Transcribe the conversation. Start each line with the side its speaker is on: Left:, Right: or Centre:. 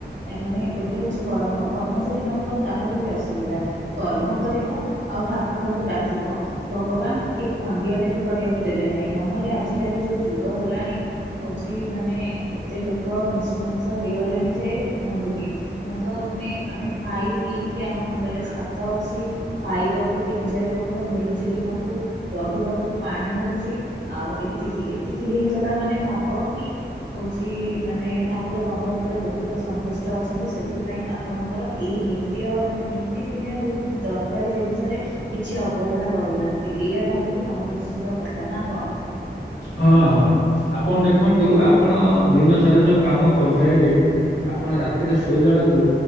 Right: ଏ ମାନେ ଗୋଟେ ହଉଚି କର୍ମ କର୍ମ ଯଦି ନ କର ତାହେଲେ ବି ଅସୁବିଧା। କର୍ମ କରିବ ଆଉ ଠାକୁରଙ୍କୁ ଡାକିବ। ଭଗବାନ୍ ଟିକେ ଖଣ୍ଡିଆଟେ ବି କରିଆକୁ ଦେବେ ନାଇଁ। ନହେଲେ ଆଜିିକାଲି ଯୋଉ ଯୁଗ ହେଲାଣି ହଉଚି ମାନେ ଏତେ ଲୋକ ନିଶୃଂସ ହେଇଗଲେଣି ଯେ କୁହନ୍ତୁନି। ମୁଁ ତ ମାନେ ଆମେ ଖାଇ ପିଇକି ଆମ ମୁଣ୍ଡରେ ଛାତ ଅଛି ଖାଇବାକୁ ତିନି ଚାରି ବକ୍ତ ମିଳୁଚି ଦିନକୁ। ରହିବାକୁ ପାଣି ମିଳୁଚି ଆଉ ଏତିକି-ଏତିକି ହେଇଗଲା ମାନେ ଭାବ କି ହଉଚି ମାନେ ଠାକୁର ତମ ଉପରେ ବହୁତ ସନ୍ତୁଷ୍ଟ ଅଛନ୍ତି ସେଥିପାଇଁ ଆପଣଙ୍କର ଏଇ ନି ତ୍ୟ ମାନେ ନୀତିଦିନିଆ ଯୋଉ ଦରକାରୀ ଜିନିଷରେ କିଛି ଅବହେଳା କରୁନାହା ନ୍ତି ଏଇୟା ଭାବିକି ମନ ବୁଝିଯିବା କଥା ନା କଣ।
Left: ହଁ ହଁ ଆପଣ ଦେଖନ୍ତୁ ଆପଣ ଦିନ ସାରା ଯୋଉ କାମ କରିସାଇଲେ ଆପଣ ରାତିରେ ଶୋଇଲା ବେଳକୁ